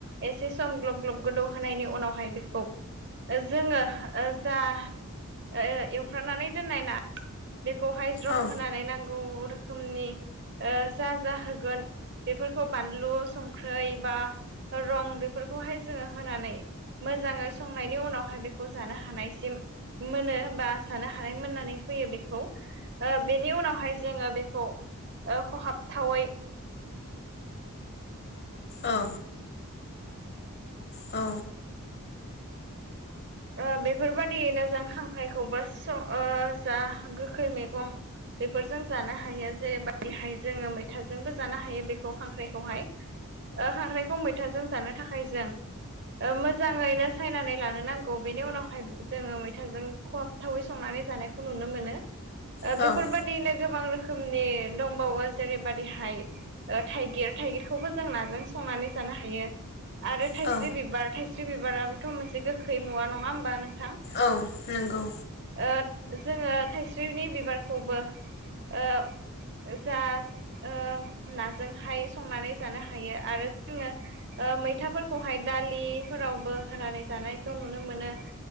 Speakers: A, on the right; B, on the left.
A: एसे सम ग्लब ग्लब गोदौ होनायनि उनावहाय बेखौ जोङो ओ जा ओ एवफ्रामनानै दोननाय ना बेखौहाय ज्रफ
B: औ
A: होनानै नांगौ रोखोमनि ओ जा जाहोगोन बेफोरखौ बानलु संख्रै बा रं बेफोरखौहाय जोङो होनानै मोजाङै संनायनि उनावहाय बेखौ जानो हानायसिम मोनो बा जानो हानाय मोननानै फैयो बेखौ बेनि उनावहाय जोङो बेखौ खहाबथावै
B: औ। औ
A: ओ बेफोर बायदियैनो जों खांख्राइखौबो सं ओ जा गोखै मैगं फोरजों जानो हायो जेरै बादिहाय जोङो मैथाजोंबो जानो हायो बेखौ खांख्राइखौहाय ओ खांख्राइखौ मैथाजों जानो थाखाय जों मोजाङैनो सायनानै लानो नां गौ बेनि उनावहाय जोङो मैथाजों खहाबथावै संनानै जानायखौ नुनो मोनो। ओ
B: औ
A: बेफोरबादिनो
B: औ
A: गोबां रोखोमनि दंबावो जेरैबादिहाय ओ थाइगिर थाइगिरखौबो जों नाजों संनानै जानो हायो। आरो थाइस्रि
B: औ
A: बिबार थाइस्रि बिबाराबोथ' मोनसे गोखै मुवा नङा होमबा नों
B: औ नंगौ।
A: ओ जोङो थाइस्रिनि बिबारखौबो ओ जा ओ नाजोंहाय संनानै जानो हायो आरो जोङो मैथाफोरखौहाय दालिफोरावबो होनानै जानाय खौ नुनो मोनो